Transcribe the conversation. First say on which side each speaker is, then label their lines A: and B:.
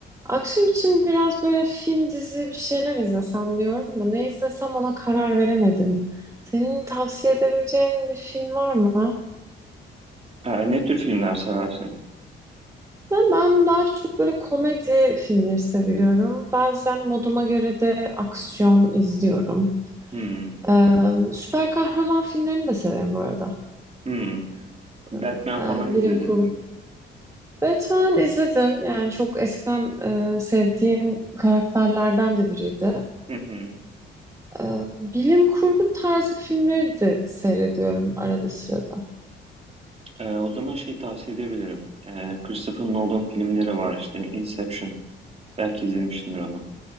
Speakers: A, on the right; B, on the right.
A: Akşam için biraz böyle film, dizi bir şeyler izlesem diyorum da ne izlesem ona karar veremedim. Senin tavsiye edebileceğin bir film var mı?
B: Ha, ne tür filmler seversin?
A: De ben daha çok böyle komedi filmleri seviyorum. Bazen moduma göre de aksiyon izliyorum.
B: Hmm,
A: Ee, süper kahraman filmlerini de severim bu arada.
B: hmm. Batman
A: Ee, Yani
B: falan izledin
A: bilim kurgu.
B: mi?
A: Batman izledim. Yani çok eskiden e, sevdiğim karakterlerden de biriydi.
B: Hı hı.
A: Ee, bilim kurgu tarzı filmleri de seyrediyorum arada sırada.
B: Ee, o zaman şey tavsiye edebilirim. Ee, Christopher Nolan filmleri var işte. Inception. Belki izlemişsindir onu.